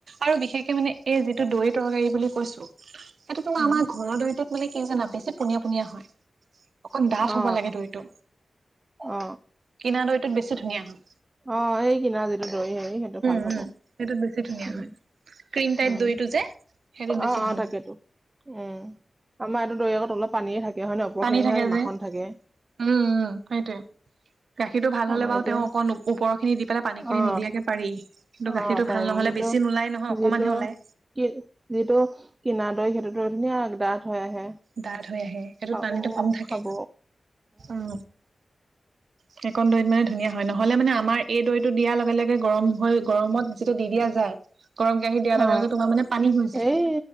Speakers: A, on the right; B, on the right.
A: আৰু বিশেষকে মানে এই যিটো দৈ তৰকাৰী বুলি কৈছো এইটো তোমাৰ
B: উম
A: আমাৰ ঘৰৰ দৈটোত বোলে কি জানা বেছি পনীয়া পনীয়া হয়। অকণ ডাঠ
B: অ
A: হ'ব লাগে দৈটো
B: অ
A: কিনা দৈটোত বেছি ধুনীয়া হয়।
B: অ সেই কিনাৰ যিটো দৈ হেৰি সেইটো ভাল
A: উ
B: হ'ব।
A: সেইটোত বেছি ধুনীয়া
B: উম
A: হয় ক্ৰীম টাইপ
B: উম
A: দৈটো যে সেইটোত বেছি
B: অ অ
A: ভাল
B: তাকেতো
A: হয়।
B: উম আমাৰ এইটো দৈ আকৌ তলত পানীয়ে থাকে হয় ন ওপৰখিনিহে
A: পানী থাকে যে
B: মাখন থাকে।
A: উম উম সেইটোৱে গাখীৰটো ভাল
B: আমাৰ
A: হলে বাৰু
B: এতিয়া
A: তেওঁ অক ওপৰৰখিনি দি পেলাই পানীখিনি
B: অ
A: নিদিয়াকে পাৰি কিন্তু গাখীৰটো
B: অ পাৰি
A: ভাল নহ'লে
B: কিন্তু
A: বেছি নোলাই নহয় অকমানহে
B: যিহেতু
A: ওলাই
B: কি যিটো কিনা দৈ সেইটো টো ধুনীয়াকে দাথ হৈ আহে
A: ডাত হৈ আহে সেইটো
B: খাব
A: পানীটো কম থাকে
B: খাব
A: উম সেইকণ দৈত মানে ধুনীয়া হয় নহলে মানে আমাৰ এই দৈটো দিয়াৰ লগে লগে গৰম হৈ গৰমত এইটো দি দিয়া যায়। গৰম কেৰাহীত দিয়াৰ লগে
B: অ
A: লগে তোমাৰ মানে পানী হৈ যায়,
B: এই